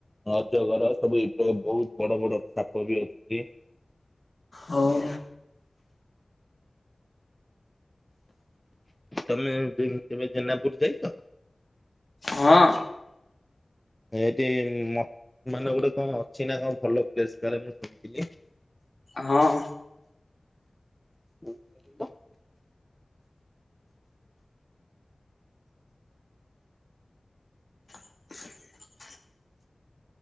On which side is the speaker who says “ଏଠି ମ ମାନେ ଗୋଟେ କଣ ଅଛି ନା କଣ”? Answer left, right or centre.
Centre